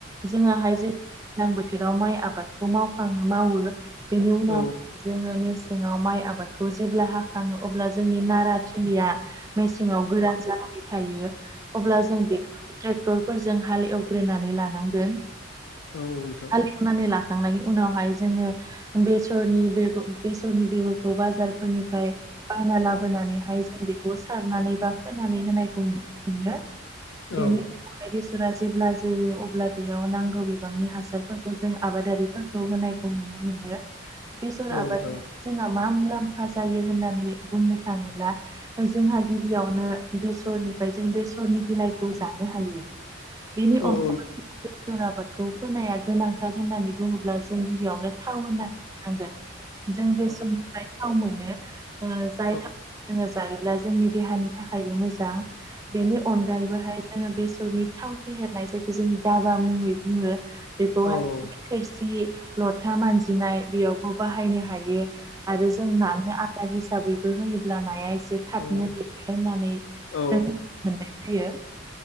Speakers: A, on the right; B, on the left.
A: जोङाहाय जेन दैज्लां बोथोराव माइ आबादखौ मावखाङो मावो बेनि उनाव
B: औ नोंथां औ
A: जोङो मेसेङाव माइ आबादखौ जेब्ला हाखाङो अब्ला जोंनि नारा थिलिया मेसेङाव गोरान जानानै थायो अब्ला जों बेखौ ट्रेक्टरफोरजों हाल एवग्रोनानै लानांगोन
B: औ नोंथां
A: हालेव नानै लाखांनायनि उनावहाय जोङो बेसरनि बेग बेसरनि बेगरखौ बाजारफोरनिफ्राय बायना लाबोनानैहाय जों बेखौ सारनानै बा फोनानै होनायखौ नुनो मोनो बेनि
B: औ
A: हाय बेसरा जेब्ला जौवो अब्ला बेयाव नांगौ बिबांनि हासारफोरखौ जों आबादारिफोरखौ होनाय खौ नुनो मोनो बेसर
B: औ नोंथां
A: आबादनि जोंहा मा मुलाम्फा जायो होननानै बुंनो थाङोब्ला जोंहा गिबियावनो बेसरनिफ्राय जों बेसर नि बिलाइखौ जानो हायो बेनि
B: औ
A: अनगा
B: औ नोंथां औ
A: बेसर आबादखौ फोनाया गोनांथार होननानै बुङोब्ला जों गिबियावनो थाव होननानै बुंनांगोन जों
B: औ
A: बे समनिफ्राय थाव मोनो जाय
B: औ
A: थाव जोङो जायोब्ला जोंनि देहानि थाखायबो मोजां बेनि अनगायैबोहाय जोङो बेसरनि थाव फेहेरनाय जायखौ जों दाबा मुंङै बुंङो बेखौहाय
B: औ
A: थोरसि लथा मानजिनाय बेयावबो बाहायनो हायो आरो जों नानो आदार हिसाबैबो होयोब्ला नाया एसे थाबनो
B: औ औ
A: देरगोन होननानै जों
B: नोंथां
A: मिथिनो मोनो होयो